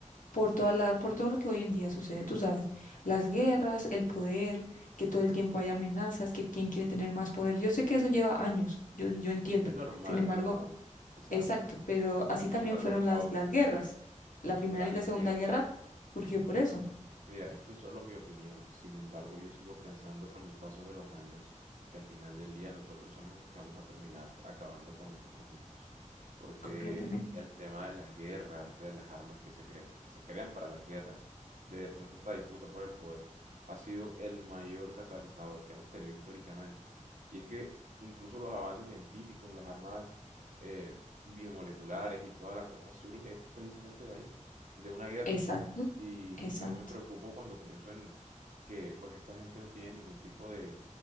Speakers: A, on the left (about 80°); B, on the right (about 75°).
A: por toda la, por todo lo que hoy en día sucede, tú sabes, las guerras, el poder, que todo el tiempo hay amenazas, que quién quiere tener más poder. Yo sé que eso lleva años, yo, yo entiendo.
B: Es normal,
A: Sin embargo,
B: es normal, exacto.
A: exacto, pero así
B: Sin
A: también
B: embargo,
A: fueron
B: es caótico.
A: las, las guerras. La primera
B: Total,
A: y la
B: es
A: segunda
B: que
A: guerra surgió por eso,
B: Mira, esto es solo mi opinión. Sin embargo, yo sigo pensando con el paso de los años que al final del día nosotros somos los que vamos a terminar acabando con nosotros mismos. Porque
A: completamente.
B: el tema de las guerras, de las armas que se cre- que se crean para las guerras, de de pronto esta disputa por el poder, ha sido el mayor catalizador que hemos tenido históricamente. Y es que incluso los avances científicos, las armas eh, biomoleculares y toda la cosa surge precisamente de ahí, de una guerra.
A: Exacto,
B: Y,
A: exacto,
B: y yo me preocupo cuando pienso en que pues esta gente no tiene ningún tipo de,